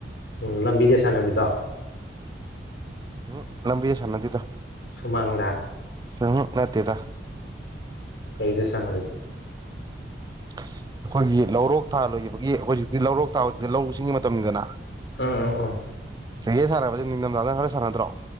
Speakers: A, on the left (about 70°); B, on the right (about 25°).
A: ꯎꯝ ꯂꯝꯕꯤꯗ ꯁꯥꯟꯅꯕꯤꯗꯣ
B: ꯎꯝ ꯂꯕꯤꯤ ꯁꯥꯟꯅꯗꯤꯗ
A: ꯁꯨꯃꯥꯡꯗ
B: ꯁꯍꯃꯦ ꯇꯗ
A: ꯀꯩꯗꯁꯅ ꯂꯩ
B: <inaudible> ꯑꯩꯈꯣꯏꯒꯤ ꯂꯧꯔꯣꯛ ꯊꯥ ꯂꯣꯏꯕꯒꯤ ꯍꯧꯖꯤꯛꯇꯤ ꯂꯧꯔꯣꯛ ꯊꯥꯕꯁꯤꯗꯤ ꯂꯧ ꯁꯤꯡꯒꯤ ꯃꯇꯝꯅꯤꯗꯅ
A: ꯑ ꯎꯝ ꯎꯝ
B: ꯁꯤꯦ ꯁꯥꯟꯅꯕꯁꯦ ꯅꯤꯡꯊꯝꯊꯥꯗ ꯈꯔ ꯁꯥꯟꯅꯗ꯭ꯔꯣ